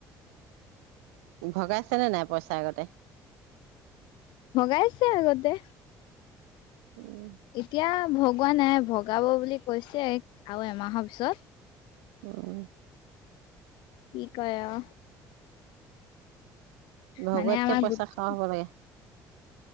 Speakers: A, on the right; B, on the left.
A: উ ভগাইছেনে নাই পইচা আগতে।
B: ভগাইছে আগতে
A: উম,
B: এতিয়া ভগোৱা নাই ভগাব বুলি কৈছে আৰু এমাহৰ পিছত।
A: অহ
B: কি কৰে আৰু।
A: ভগোৱাতকে
B: মানে আমাৰ
A: পইচা
B: গোট
A: খৰচ
B: উ
A: হ'ব লাগে।